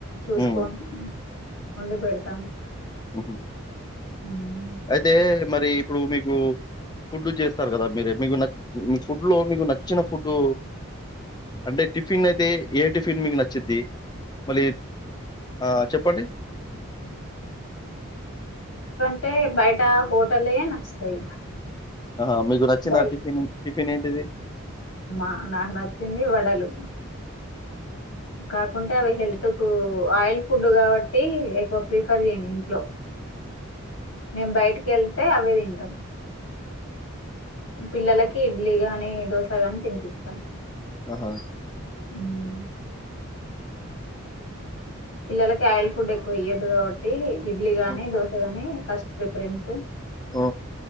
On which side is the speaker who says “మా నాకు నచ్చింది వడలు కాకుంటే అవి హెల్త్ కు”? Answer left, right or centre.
Left